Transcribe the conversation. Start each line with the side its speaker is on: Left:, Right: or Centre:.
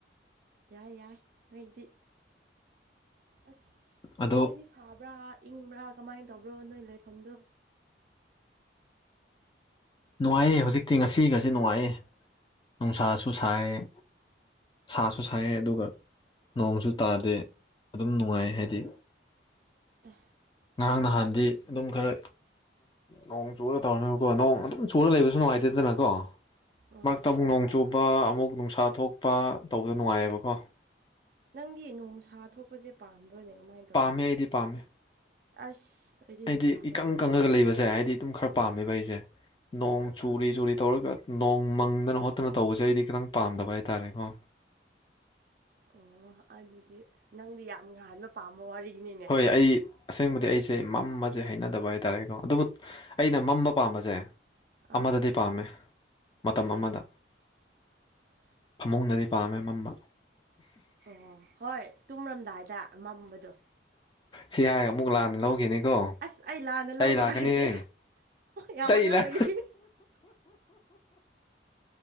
Right: ꯌꯥꯏ ꯌꯥꯏ ꯅꯣꯏꯗꯤ ꯑꯁ
Left: ꯑꯗꯣ
Right: ꯅꯣꯏꯗꯤ ꯁꯥꯕ꯭ꯔꯥ ꯏꯪꯕ꯭ꯔꯥ ꯀꯃꯥꯏꯅ ꯇꯧꯕ꯭ꯔꯣ ꯅꯣꯏ ꯂꯩꯐꯝꯗꯣ
Left: ꯅꯨꯡꯉꯥꯏꯌꯦꯦ ꯍꯧꯖꯤꯛꯇꯤ ꯉꯁꯤꯒꯁꯦ ꯅꯨꯡꯉꯥꯏꯌꯦ ꯅꯨꯡꯁꯥꯁꯨ ꯁꯥꯏꯌꯦ ꯁꯥꯁꯨ ꯁꯥꯏꯌꯦ ꯑꯗꯨꯒ ꯅꯣꯡꯁꯨ ꯇꯥꯗꯦ ꯑꯗꯨꯝ ꯅꯨꯡꯉꯥꯏ ꯍꯥꯏꯗꯤ
Right: ꯑꯦ
Left: ꯉꯔꯥꯡ ꯅꯍꯥꯟꯗꯤ ꯑꯗꯨꯝ ꯈꯔ ꯅꯣꯡ ꯆꯨꯒ ꯇꯧꯔꯅꯦꯕꯀꯣ ꯅꯣꯡ ꯑꯗꯨꯝ ꯆꯨꯔ ꯂꯩꯕꯁꯨ ꯅꯨꯡꯉꯥꯏꯇꯦꯗꯅ ꯀꯣ
Right: ꯑꯥ
Left: ꯃꯍꯥꯛꯇ ꯑꯃꯨꯛ
Right: ꯍꯣꯏ
Left: ꯅꯣꯡ ꯆꯨꯕ ꯑꯃꯨꯛ ꯅꯨꯡꯁꯥ ꯊꯣꯛꯄ ꯇꯧꯕꯗ ꯅꯨꯡꯉꯥꯏꯌꯦꯕꯀꯣ
Right: ꯅꯪꯗꯤ ꯅꯣꯡꯁꯥ ꯊꯣꯛꯄꯁꯦ ꯄꯥꯝꯕ꯭ꯔꯣꯅꯦ ꯀꯃꯥꯏꯅ ꯇꯧꯕ꯭ꯔꯣ
Left: ꯄꯥꯝꯃꯦ ꯑꯩꯗꯤ ꯄꯥꯝꯃꯦ
Right: ꯑꯁ
Left: ꯑꯩꯗꯤ
Right: ꯅꯨꯡꯁꯥ
Left: ꯏꯀꯪ
Right: ꯊꯣꯛꯄꯁꯦ
Left: ꯀꯪꯉꯒ
Right: ꯍꯩꯅꯗꯦ
Left: ꯂꯩꯕꯁꯦ ꯍꯥꯏꯗꯤ ꯑꯗꯨꯝ ꯈꯔ ꯄꯥꯝꯃꯦꯕ ꯑꯩꯁꯦ ꯅꯣꯡ
Right: ꯑꯣ
Left: ꯆꯨꯔꯤ ꯆꯨꯔꯤ ꯇꯧꯔꯒ ꯅꯣꯡ ꯃꯪꯗꯅ ꯍꯣꯠꯇꯅ ꯇꯧꯕꯁꯦ ꯑꯩꯗꯤ ꯈꯤꯇꯪ ꯄꯥꯝꯗꯕ ꯍꯥꯏꯇꯥꯔꯦꯀꯣ
Right: ꯑꯣ ꯑꯗꯨꯗꯤ ꯅꯪꯗꯤ ꯌꯥꯝ ꯉꯍꯥꯟꯕ ꯄꯥꯝꯕꯋꯥꯔꯤꯅꯤ
Left: ꯍꯣꯏ ꯑꯩ ꯑꯁꯦꯡꯕꯗꯤ ꯑꯩꯁꯦ ꯃꯝꯃꯁꯦ ꯍꯩꯅꯗꯕ ꯍꯥꯏꯇꯥꯔꯦꯀꯣ ꯑꯗꯨꯕꯨ ꯑꯩꯅ ꯃꯝꯕ ꯄꯥꯝꯕꯁꯦ
Right: ꯑꯥ
Left: ꯑꯃꯗꯗꯤ ꯄꯥꯝꯃꯦ ꯃꯇꯝ
Right: ꯀꯔꯤ
Left: ꯑꯃꯗ
Right: <unintelligible>
Left: ꯐꯃꯨꯡꯗꯗꯤ ꯄꯥꯝꯃꯦ ꯃꯝꯕ
Right: ꯑꯣ ꯍꯣꯏ ꯇꯨꯝꯔꯝꯗꯥꯏꯗ ꯃꯝꯕꯗꯣ
Left: ꯁꯤ ꯍꯥꯏꯔꯒ ꯑꯃꯨꯛ ꯂꯥꯟꯅ ꯂꯧꯈꯤꯅꯤꯀꯣ
Right: ꯑꯁ ꯑꯩ ꯂꯥꯟꯅ
Left: ꯆꯩ
Right: ꯂꯧꯕꯒ
Left: ꯂꯥꯛꯀꯅꯤꯍꯦ
Right: ꯍꯩꯇꯦ ꯌꯥꯝ
Left: ꯆꯩ
Right: ꯑꯉꯥꯡ
Left: ꯂꯥꯛ
Right: ꯑꯣꯏꯔꯤ